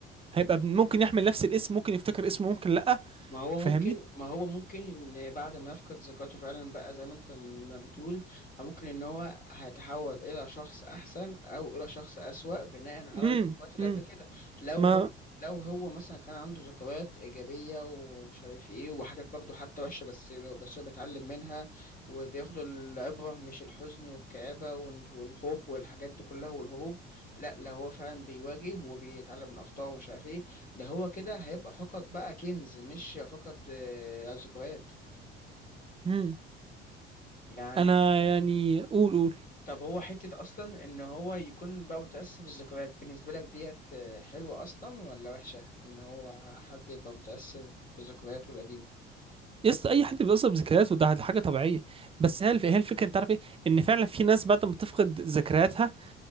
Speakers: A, on the right; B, on the left.
A: هيبقى ب- ممكن يحمل نفس الاسم ممكن يفتكر اسمه ممكن لأ
B: ما هو
A: فاهمني
B: ممكن ما هو ممكن ان بعد ما يفقد ذاكرته فعلا بقى زي ما انت ما بتقول ممكن ان هو هيتحول الى شخص احسن او الى شخص اسوأ بناء على
A: امم
B: الذكريات اللي
A: امم
B: قبل كده لو
A: ما
B: هو لو هو مثلا كان عنده ذكريات ايجابيه ومش عارف ايه وحاجات برضه حتى وحشه بس بس هو بيتعلم منها وبياخد العبره مش الحزن والكآبه وال- والخوف والحاجات دي كلها والهروب لا لو هو فعلا بيواجه وبيتعلم من اخطائه ومش عارف ايه ده هو كده هيبقى فقط بقى كنز مش فقط آه، ذكريات
A: امم
B: يعني
A: انا يعني قول قول
B: طب هو حتة أصلا إن هو يكون بقى متأثر بالذكريات بالنسبة لك ديت آه، حلوة أصلا ولا وحشة إن هو حد يبقى متأثر بذكرياته القديمة
A: يس اي حد بيتاثر بذكرياته ده حاجه طبيعيه بس هي الف... هي الفكره انت عارف ايه ان فعلا في ناس بعد ما تفقد ذكرياتها